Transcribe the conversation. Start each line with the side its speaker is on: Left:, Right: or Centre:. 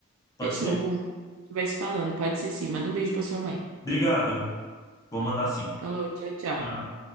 Left: Pode
Right: Fechou,
Left: ser?
Right: Gu. A gente Vai se falando. Pode ser sim. Manda um beijo pra sua mãe.
Left: Obrigado. Vou mandar sim.
Right: Falou, tchau, tchau.
Left: Tchau.